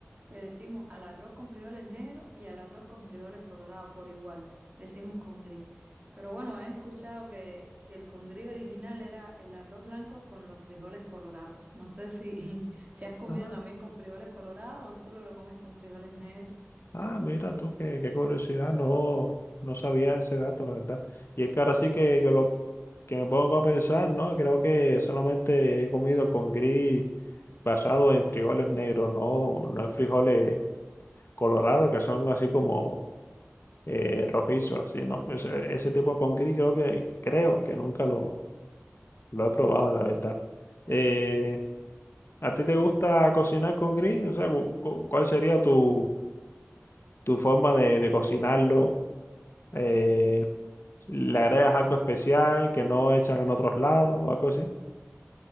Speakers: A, on the right (about 35°); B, on the left (about 55°).
A: le decimos al arroz con frijoles negros y al arroz con frijoles colorados por igual, decimos con gris. Pero bueno, he escuchado que, que el con gris original era el arroz blanco con los frijoles colorados. No sé si, <laughs> si has comido
B: Ah,
A: también con frijoles colorados o solo lo comes con frijoles negros.
B: ah, mira tú, qué, qué curiosidad, no, no sabía ese dato, la verdad. Y es que ahora sí que, que lo que me pongo a pensar, ¿no? Creo que solamente he comido con gris basado en frijoles negros, no, no en frijoles colorados, que son así como eh, rojizos, así, ¿no? Ese, ese tipo con gris creo que, creo que nunca lo, Lo he probado, la verdad. Eh, ¿a ti te gusta cocinar con grill? O sea, cu- cu- ¿cuál sería tu, tu forma de, de cocinarlo? Eh, ¿le agregas algo especial que no echan en otros lados o algo así?